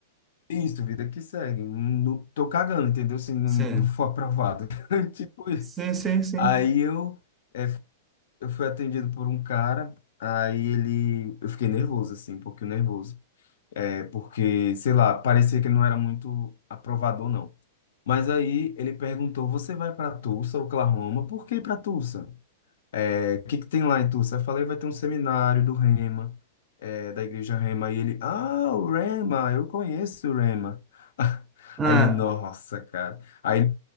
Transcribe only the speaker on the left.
isso, vida que segue. Não, não tô cagando, entendeu? Se não,
não for aprovado. <laughs> Tipo isso.
Aí eu, é, eu fui atendido por um cara, aí ele. Eu fiquei nervoso, assim, um pouquinho nervoso. É, porque, sei lá, parecia que ele não era muito aprovador, não. Mas aí ele perguntou: Você vai para Tulsa, Oklahoma? Por que para Tulsa? É, o que que tem lá em Tulsa? Eu falei, vai ter um seminário do Rema, é, da igreja Rema. E ele, ah, o Rema, eu conheço o Rema. <laughs>
Aí eu, nossa, cara. Aí,